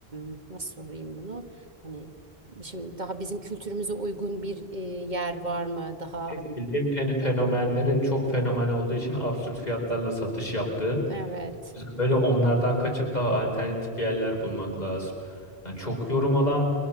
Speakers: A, on the right; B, on the left.
A: e, nasıl sorayım bunu? Hani şimdi daha bizim kültürümüze uygun bir e, yer var mı? Daha
B: Tek
A: hani
B: bildiğim fen- fenomenlerin çok fenomen olduğu için absürt fiyatlarla satış yaptığı.
A: evet
B: Biz böyle onlardan kaçıp daha alternatif bir yerler bulmak lazım. Yani çok yorum alan,